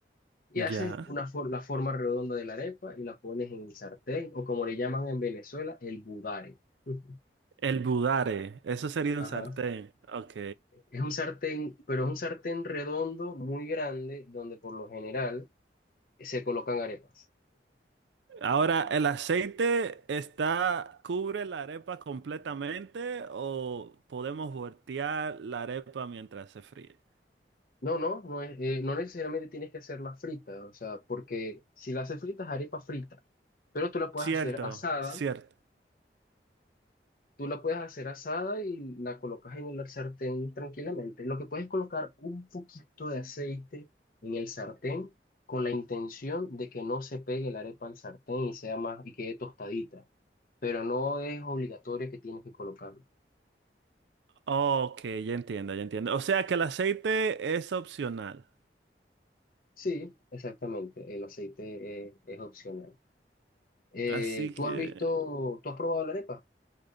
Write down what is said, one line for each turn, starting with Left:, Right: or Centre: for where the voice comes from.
Left: y
Right: Ya.
Left: haces una for- la forma redonda de la arepa y la pones en el sartén o como le llaman en Venezuela, el budare. <laughs>
Right: El budare, eso sería
Left: Ajá.
Right: un sartén. Ok.
Left: Es un sartén, pero es un sartén redondo muy grande donde por lo general se colocan arepas.
Right: Ahora, ¿el aceite está, cubre la arepa completamente o podemos voltear la arepa mientras se fríe?
Left: No, no, no es, eh, no necesariamente tienes que hacerla frita, o sea, porque si la haces frita es arepa frita, pero tú la puedes
Right: Cierto,
Left: hacer asada,
Right: cierto.
Left: tú la puedes hacer asada y la colocas en el sartén tranquilamente. Lo que puedes es colocar un poquito de aceite en el sartén con la intención de que no se pegue la arepa al sartén y sea más y quede tostadita, pero no es obligatorio que tienes que colocarlo.
Right: Ok, ya entiendo, ya entiendo. O sea que el aceite es opcional.
Left: Sí, exactamente, el aceite es, es opcional. Eh,
Right: Así que
Left: ¿tú has visto, tú has probado la arepa?